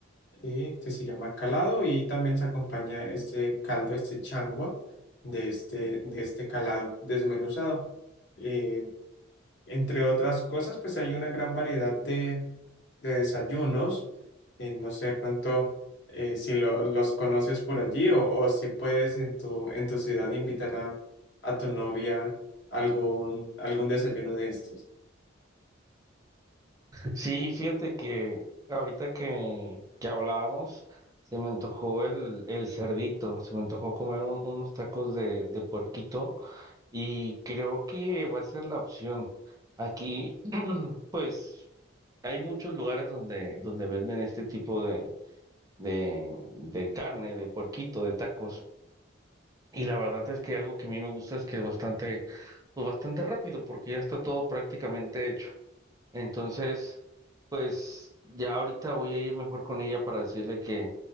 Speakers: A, on the left; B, on the right.
A: eh, que se llama calado y también se acompaña este caldo, este changua de este, de este calado desmenuzado. Eh, entre otras cosas, pues hay una gran variedad de, de desayunos. Eh, no sé, de pronto eh, si lo- los conoces por allí o, o si puedes en tu, en tu ciudad invitar a, a tu novia a algún, algún desayuno de estos.
B: Sí, fíjate que ahorita que, que hablábamos, se me antojó el, el cerdito, se me antojó comer un- unos tacos de, de puerquito, y creo que va a ser la opción. Aquí, <clears throat> pues. Hay muchos lugares donde, donde venden este tipo de, de, de carne, de puerquito, de tacos. Y la verdad es que algo que a mí me gusta es que es bastante, pues bastante rápido, porque ya está todo prácticamente hecho. Entonces, pues ya ahorita voy a ir mejor con ella para decirle que,